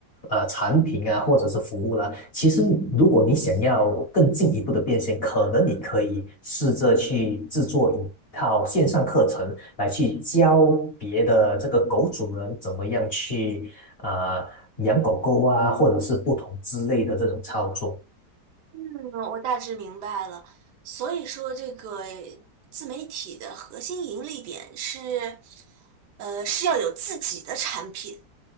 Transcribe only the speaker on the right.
嗯，我大致明白了。所以说，这个自媒体的核心盈利点是，呃，是要有自己的产品。